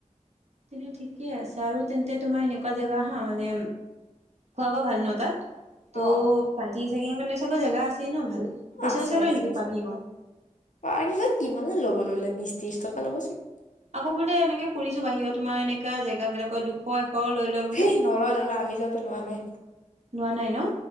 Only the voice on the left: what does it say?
অ
আছে,
আছে,
আছে
পাৰ্কিঙত কিমাননো ল'ব। ল'লে বিশ ত্ৰিশ টকা ল'ব চাগে।
হেই নলয় নলয় আমি যাওঁতে। লোৱা নাই।